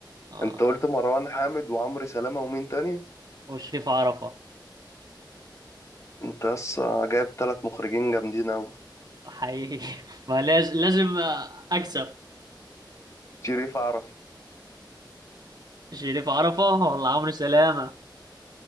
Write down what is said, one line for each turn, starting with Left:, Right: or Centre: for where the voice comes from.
Right: آه،
Left: انت قلت مروان حامد وعمرو سلامة ومين تاني
Right: وشريف عرفة
Left: انت بس جايب ثلاث مخرجين جامدين اوي
Right: حقيقي <laughs> ما لاز- لازم آه، اكسب
Left: شريف عرف
Right: شريف عرفة ولا عمرو سلامة